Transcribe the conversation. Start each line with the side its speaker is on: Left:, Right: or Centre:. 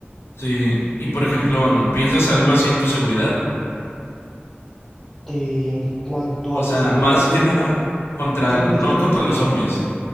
Left: Sí, y por ejemplo, ¿piensas algo así en tu seguridad?
Centre: Eh, En cuanto
Left: O
Centre: a mi
Left: sea,
Centre: seguridad,
Left: más
Centre: mm,
Left: que nada contra,
Centre: o sea,
Left: el-
Centre: me gustaría
Left: no contra
Centre: no
Left: los
Centre: moverme
Left: zombies.